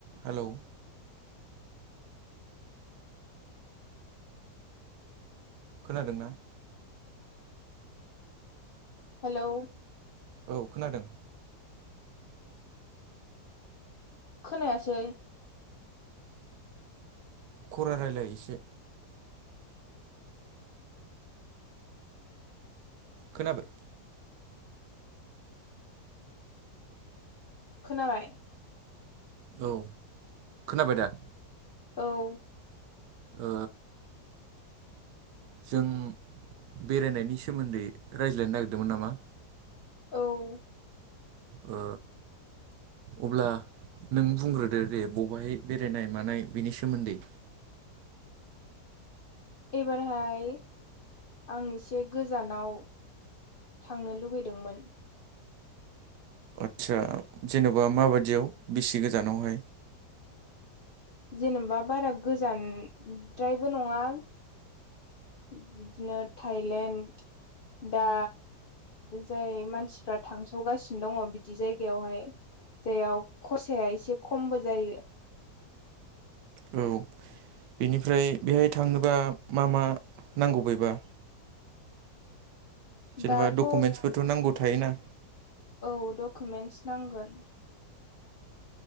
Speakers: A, on the right; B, on the left.
A: Hello खोनादोंना?
B: Hello
A: hello औ खोनादों
B: खोनायासै
A: खरा रायलाय एसे। खोनाबाय।
B: खोनाबाय।
A: औ खोनाबाय दा
B: औ
A: ओ जों बेरायनायनि सोमोन्दै रायज्लायनो नागिरदोंमोन नामा
B: औ
A: ओ अब्ला नों बुंग्रोदो दे बबेहाय बेरायनाय मानाय बेनि सोमोन्दै
B: एबारहाय आं एसे गोजानाव थांनो लुुगैदोंमोन।
A: आदसा जेन'बा माबायदियाव बेसे गोजानावहाय
B: जेन'बा बारा गोजानद्रायबो नङा बिदिनो थाइलेण्ड दा जाय मानसिफ्रा थांसावगासिनो दङ बिदि जायगायावहाय जायाव खरसाया एसे खमबो जायो।
A: औ बेनिफ्राय बेहाय थांनोबा मा मा नांगौ बेबा जेनेबा
B: दाथ'
A: डकुमेन्टसफोरथ' नांगौ थायोना
B: औ डकुमेन्टस नांगोन